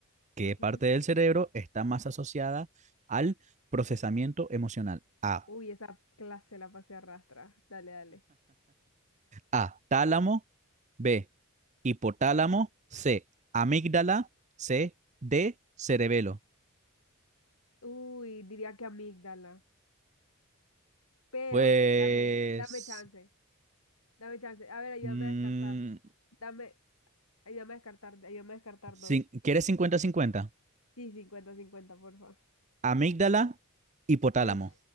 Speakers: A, on the right; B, on the left.
A: ¿Qué
B: Ok.
A: parte del cerebro está más asociada al procesamiento emocional? A.
B: Uy, esa clase la pasé a arrastra. Dale, dale.
A: A. Tálamo. B. Hipotálamo. C. Amígdala. C. D. Cerebelo.
B: Uy, diría que amígdala. Pero,
A: Pues...
B: dame, dame chance. Dame chance. A ver, ayúdame
A: mm,
B: a descartar. Dame, ayúdame a descartar, ayúdame a descartar
A: cin-
B: dos.
A: quieres cincuenta-cincuenta,
B: Sí, cincuenta, cincuenta, por favor.
A: Amígdala, hipotálamo.
B: Uy,